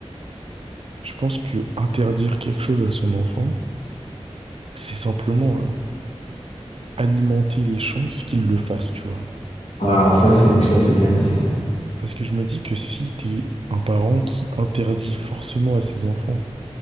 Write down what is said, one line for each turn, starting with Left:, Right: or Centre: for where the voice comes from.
Right: je pense que interdire quelque chose à son enfant, c'est simplement euh, alimenter les chances qu'il le fasse, tu vois.
Left: Ah, ça c'est ça c'est bien dit ça.
Right: Parce que je me dis que si t'es un parent qui interdit forcément à ses enfants